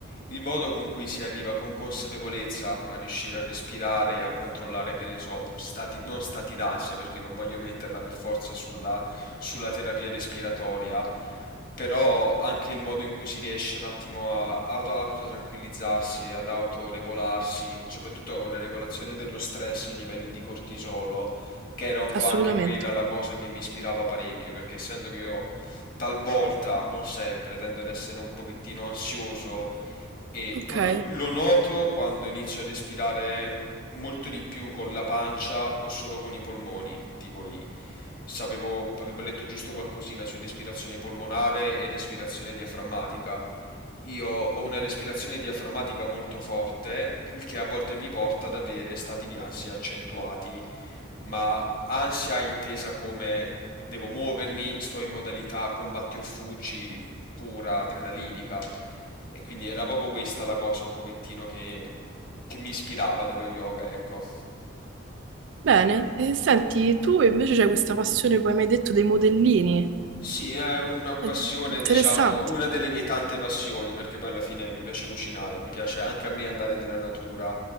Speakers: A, on the left (about 45°); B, on the right (about 60°).
A: il modo con cui si arriva con consapevolezza a riuscire a respirare e a controllare, che ne so, stati, non stati d'ansia, perché non voglio metterla per forza sulla, sulla terapia respiratoria, però anche il modo in cui si riesce un attimo a auto, autotranquillizzarsi e ad autoregolarsi, soprattutto con le regolazioni dello stress e i livelli di cortisolo, che era un po'
B: Assolutamente.
A: anche quella la cosa che mi ispirava parecchio, perché essendo che io talvolta, non sempre, tendo ad essere un pochettino ansioso e
B: Ok.
A: proprio lo noto quando inizio a respirare molto di più con la pancia o solo con i polmoni, tipo i... Sapevo, avevo letto giusto qualcosina su respirazione polmonare e respirazione diaframmatica, io ho una respirazione diaframmatica molto forte, il che a volte mi porta ad avere stati di ansia accentuati, ma ansia intesa come devo muovermi, sto in modalità combatti o fuggi pura, adrenalinica. E quindi era proprio questa la cosa un pochettino che, che mi ispirava dello yoga, ecco.
B: Bene, e senti, tu invece c'hai questa passione, come mi hai detto, dei modellini.
A: Sì, è una passione,
B: Eh, Interessante.
A: diciamo, una delle mie tante passioni, perché poi alla fine mi piace cucinare, mi piace anche a me andare nella natura.